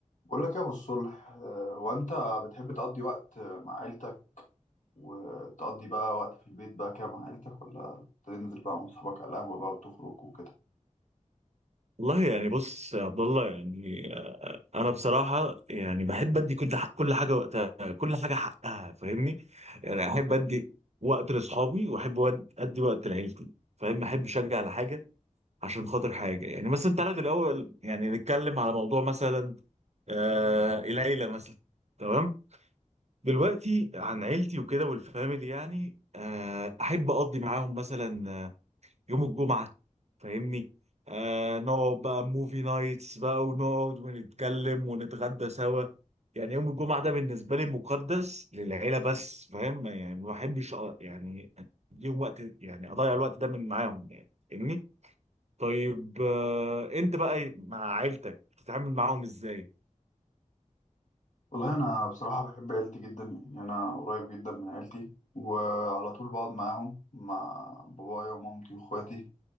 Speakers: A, on the left (about 75°); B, on the right (about 55°).
A: بقول لك يا ابو الصلح آه، هو انت بتحب تقضي وقت آه، مع عيلتك وتقضي بقى وقت في البيت بقى كده مع عيلتك ولا تنزل بقى مع اصحابك على القهوه بقى وتخرج وكده
B: والله يعني بص يا عبد الله يعني انا بصراحه يعني بحب ادي كل ح- كل حاجه وقتها كل حاجه حقها فاهمني يعني احب ادي وقت لاصحابي واحب ود- ادي وقت لعيلتي فاهم احب اشجع على حاجه عشان خاطر حاجه يعني مثلا تعالى الاول يعني نتكلم على موضوع مثلا آه العيله مثلا تمام دلوقتي عن عيلتي وكده والفاميلي يعني آه احب اقضي معاهم مثلا يوم الجمعة فاهمني آه نقعد بقى موفي نايتس بقى ونقعد ونتكلم ونتغدى سوا يعني يوم الجمعة ده بالنسبة لي مقدس للعيلة بس فاهم يعني ما بحبش أ- يعني اديهم وقت يعني اضيع الوقت ده من معاهم يعني فاهمني طيب آه انت بقى مع عيلتك بتتعامل معاهم ازاي
A: والله انا بصراحه بحب عيلتي جدا يعني انا قريب جدا من عيلتي وعلى طول بقعد معاهم مع بابايا ومامتي واخواتي